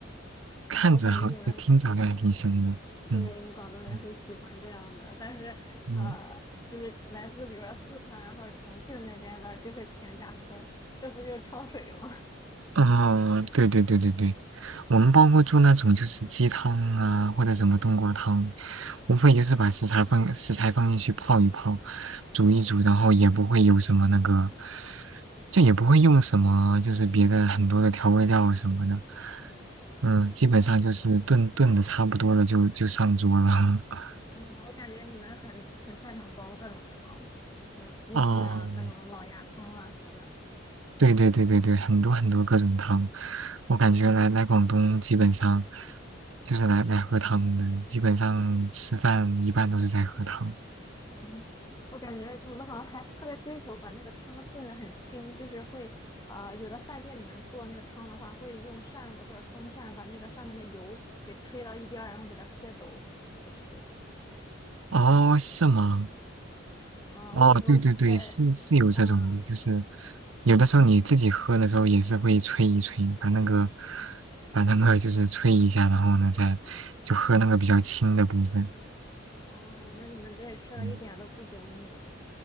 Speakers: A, on the left (about 20°); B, on the right (about 85°).
A: 嗯，
B: 看着好，
A: 我感觉你们
B: 就听着好像还挺香的，嗯。
A: 对，有广东人会喜欢这样的，
B: 嗯
A: 但是呃，
B: 嗯
A: 就是来自比如说四川或者重庆那边的，就会评价说这不就是焯水吗？
B: 哦，对对对对对，我们包括做那种就是鸡汤啊，或者什么冬瓜汤，无非就是把食材放食材放进去泡一泡，煮一煮，然后也不会有什么那个，就也不会用什么就是别的很多的调味料什么的，嗯，基本上就是炖炖的差不多了就就上桌了。
A: <laughs> 嗯
B: <laughs>
A: 嗯，我感觉你们很很擅长煲各种汤，什么鸡汤呀、
B: 哦，
A: 各种老鸭汤啊什么的。
B: 对对对对对，很多很多各种汤，我感觉来来广东基本上就是来来喝汤的，基本上吃饭一般都是在喝汤。
A: 嗯，我感觉你们好像还特别追求把那个汤炖得很清，就是会呃，有的饭店里面做那个汤的话，会用扇子或者风扇把那个上面的油给吹到一边儿，然后给它撇走，是不是？
B: 哦，是吗？
A: 啊，
B: 哦，
A: 我有时候在，
B: 对对对，是是有这种的，
A: 嗯，
B: 就是有的时候你自己喝的时候也是会吹一吹，把那个把那个就是吹一下，然后呢再就喝那个比较清的部分。
A: 哦，那你们这里吃的一点都不油腻。
B: 嗯